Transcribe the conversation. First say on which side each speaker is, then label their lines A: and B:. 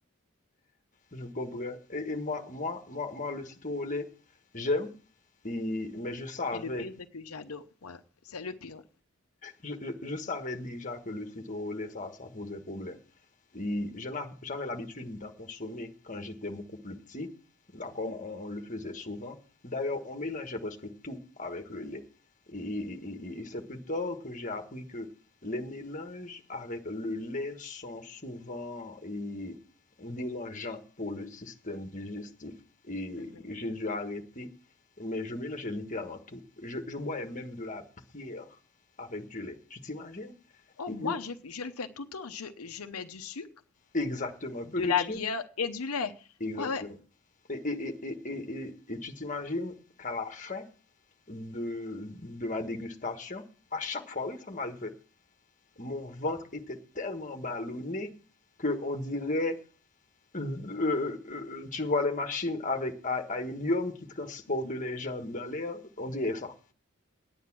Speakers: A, on the left; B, on the left.
A: Je comprends. Et, et moi, moi, moi, moi, le citron au lait, j'aime. Et, mais je savais,
B: Et le pire, c'est que j'adore. Ouais, c'est le pire.
A: je, je- je savais déjà que le citron au lait, ça, ça posait problème. Et je n'a- j'avais l'habitude d'en consommer quand j'étais beaucoup plus petit. D'accord?
B: Mhm,
A: On, on le faisait souvent. D'ailleurs, on mélangeait presque tout avec le lait. Et, et- et- et c'est plus tard que j'ai appris que les mélanges avec le lait sont souvent et, dérangeants pour le système digestif. Et
B: mhm.
A: j'ai dû arrêter, mais je mélangeais littéralement tout. Je, je bois même de la pierre avec du lait. Tu t'imagines?
B: Oh,
A: Et
B: moi,
A: une-
B: je, je le fais tout le temps. Je, je mets du sucre,
A: Exactement, un
B: de
A: peu de
B: la
A: sucre.
B: bière et du lait.
A: Exactement.
B: Ouais, ouais.
A: Et, et, et, et, et, et tu t'imagines qu'à la fin de, de ma dégustation, à chaque fois, oui, ça m'arrivait. Mon ventre était tellement ballonné que on dirait, euh, euh, euh, tu vois les machines avec à, à hélium qui transportent
B: Mhm.
A: les gens dans l'air, on dirait ça.